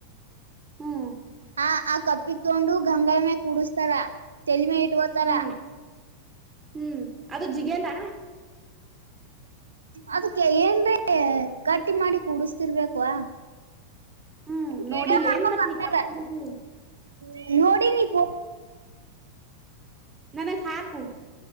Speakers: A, on the right (about 20°); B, on the right (about 70°).
A: ಹ್ಮ್.
B: ಆ ಆ ಕಪ್ಪಿಗ್ ತಗೊಂಡು ಗಂಗ ಮೆ ಕುಡಸ್ತಾರ ತೆಲ್ಮೆ ಇಟ್ ಹೋತಾರ.
A: ಹ್ಮ್ ಹ್ಮ್ ಅದು ಜಿಗನಾ.
B: ಅದಕ್ಕೆ ಏನ್್ರೆ ಗಟ್ಟಿ ಮಾಡಿ ಕುಡಸ್ತಿರ್ಬೇಕವಾ.
A: ಹ್ಮ್
B: ವಿಡಿಯೋ
A: ನೋಡಿಲ್
B: ಮಡಕೊಂಡ
A: ಏನ್ ಮತ್ ನೀ
B: ಬರ್ತೀನಿ.
A: ಕಪ್ಪನ್ ಜೊಡಿ
B: ನೋಡಿ ನೀಫ.
A: ನನಗೆ ಸಾಕು.